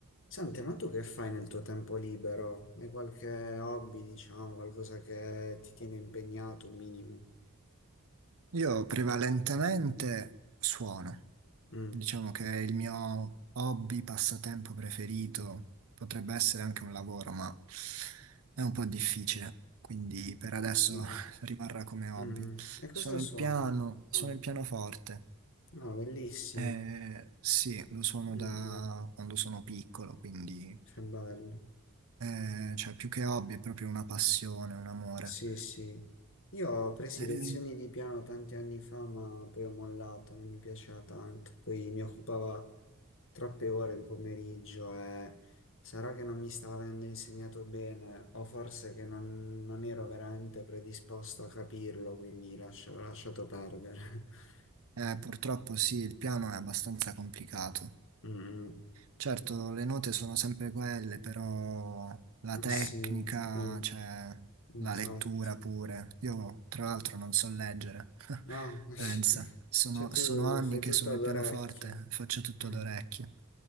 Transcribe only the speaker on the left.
Senti, ma tu che fai nel tuo tempo libero? Hai qualche hobby, diciamo, qualcosa che ti tiene impegnato, un minimo?
Mm,
sì.
Mm. E
cosa
suoni?
Ah,
no, bellissimo.
Mm,
mm,
che bello.
Sì, sì. Io ho preso
lezioni di piano tanti anni fa, ma poi ho mollato, non mi piaceva tanto. Poi mi occupava troppe ore il pomeriggio e sarà che non mi stava avendo insegnato bene, o forse che non, non ero veramente predisposto a capirlo, quindi lascia- ho lasciato perdere. <laughs>
Mm,
mm.
eh sì, eh,
infatti.
Ah,
<laughs>
cioè tu
fai
tutto
ad
orecchio.
Eh,